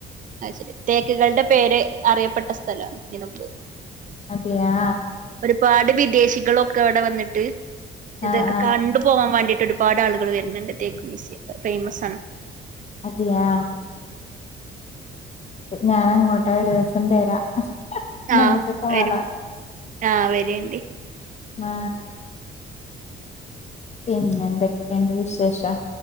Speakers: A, on the right (about 40°); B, on the left (about 35°).
A: അ ശരി തേക്കുകളുടെ പേര് അറിയപ്പെട്ട സ്ഥലമാണ് നിലമ്പൂർ
B: അതെയാ
A: ഒരുപാട് വിദേശികളൊക്കെ അവിടെ വന്നിട്ട്
B: ആഹ്
A: ഇതൊക്കെ
B: ആഹ്
A: കണ്ടു പോകാൻ വേണ്ടിട്ട് ട്ട് ഒരുപാട് ആളുകൾ വരുന്നുണ്ട് തേക്കും <unintelligible> ഫേമസ്സ് ആണ്
B: അതെയാ ഞാന അങ്ങോട്ട് ഒരു ദിവസം വാരാ നമ്മുക്ക്
A: ആഹ്
B: കാണാം
A: വരും ആഹ് വരണ്ട്
B: ആ പിന്നെ എന്തൊക്കെയുണ്ട് വിശേഷം